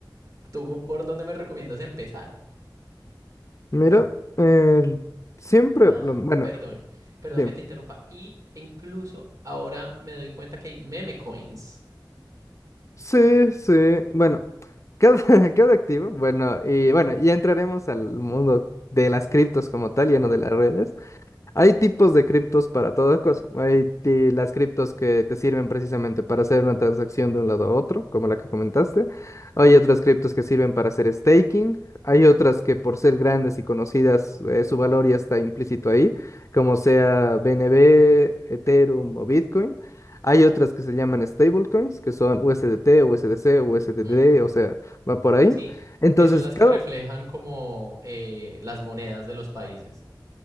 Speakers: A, on the right; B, on the left.
A: ¿tú por dónde me recomiendas empezar?
B: Mira, eh, siempre,
A: Ah,
B: lo- bueno,
A: perdón, perdón
B: dime.
A: que te interrumpa. Y incluso ahora me doy cuenta que hay meme coins.
B: Sí, sí. Bueno, cada, <laughs> cada activo. Bueno, y bueno, ya entraremos al mundo de las criptos como tal, ya no de las redes. Hay tipos de criptos para toda cosa. Hay ti- las criptos que te sirven precisamente para hacer una transacción de un lado a otro, como la que comentaste. Hay otras criptos que sirven para hacer staking. Hay otras que por ser grandes y conocidas, eh, su valor ya está implícito ahí, como sea BNB, Ethereum o Bitcoin. Hay otras que se llaman stablecoins, que son USDT, USDC, USDD,
A: Uh -huh.
B: o sea, va por ahí.
A: Sí,
B: Entonces,
A: que son las
B: cada,
A: que reflejan como eh, las monedas de los países.